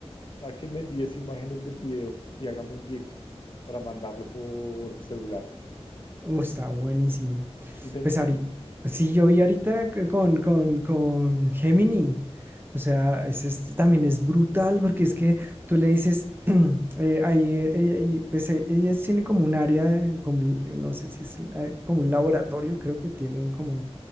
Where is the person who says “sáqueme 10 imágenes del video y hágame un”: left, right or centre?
Left